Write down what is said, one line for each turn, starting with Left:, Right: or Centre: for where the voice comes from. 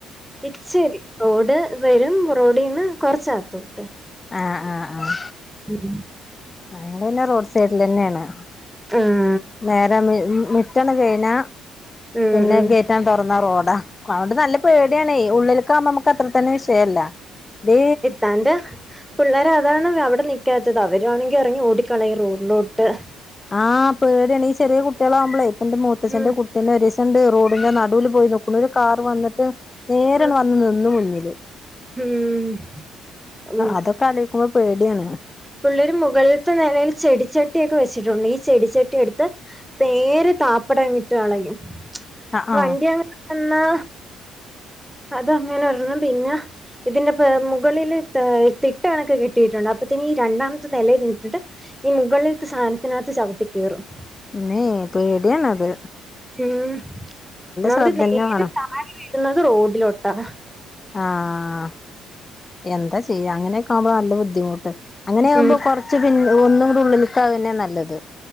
Centre: ഇച്ചിരി റോഡ്. വരും റോഡീന്ന് കൊറച്ചത്തോട്ട്.
Left: ആഹ്, ആഹ്, ആഹ്.
Centre: ഉം
Left: ആ ഞങ്ങള് പിന്നെ റോഡ് സൈഡിലന്നെണ്
Centre: ആഹ്
Left: നേരെ മിറ്റന്ന് കഴിഞ്ഞാ.
Centre: ഉം
Left: പിന്നെ
Centre: ഉം
Left: ഗേറ്റാൻ തുറന്ന റോഡാ. അതുകൊണ്ട് നല്ല പേടിയാണെ ഉള്ളില്. ക്ക നമുക്ക് അത്ര തന്നെ വിഷയല്ല ഇത്.
Centre: തന്റെ പിള്ളേര് അതാണ് അവിടെ നിക്കാത്തത് അവരു ആണെങ്കി എറങ്ങി ഓടിക്കളയും റോഡിലോട്ട്.
Left: ആഹ് പേടിയാണ് ഈ ചെറിയ കുട്ടികളാകുമ്പളേ എന്റെ മൂത്തച്ഛന്റെ
Centre: ഉം
Left: കു പിന്നെ ഒരുസണ്ട് റോഡിന്റെ നടുവില് പോയി നിക്കുന്നു ഒരു കാർ വന്നിട്ട്. നേരെ
Centre: ഉം
Left: വന്ന് നിന്ന് മുന്നില്.
Centre: ഉം.
Left: അതൊക്കെആലോക്കുമ്പോ പേടിയാണ്.
Centre: പിള്ളേര് മുകളിലത്തെ നെലയില് ചെടിച്ചട്ടിയൊക്കെ വെച്ചിട്ടുണ്ട് ഈ ചെടിച്ചട്ടി എടുത്ത്. നേരെ താപ്പട്ട്ങ്ങിട്ട് കളയും.
Left: ആഹ് ആഹ്
Centre: വണ്ടി എങ്ങാനും വന്നാ. അതങ്ങനെ ഒരെണ്ണം. പിന്ന ഇതിന്റെ മുകളില് തിട്ട കണക്ക് കെട്ടിയിട്ടുണ്ട് അപ്പോത്തിനീ രണ്ടാമത്തെ നെലെൽ നിന്നിട്ട്. ഈ മുകളിലത്തെ സാനത്തിനാത്ത് ചവിട്ടി കേറും.
Left: ഇമ്മേ പേടിയാണ് അത്.
Centre: ഉം ഒന്നാത്
Left: ശ്രദ്ധന്നെ
Centre: നേരെ
Left: വേണം
Centre: താഴെ വീഴുന്നത് റോഡിലോട്ടാ.
Left: ആഹ് എന്താ ചെയ്യാ അങ്ങനെക്കെ ആകുമ്പോ നല്ല ബുദ്ധിമുട്ട്. അങ്ങനെയാകുമ്പോ
Centre: ഉം
Left: കൊർച്ച് പിൻ ഒന്നു കൂടെ ഉള്ളിൽക്കാകന്നെ നല്ലത്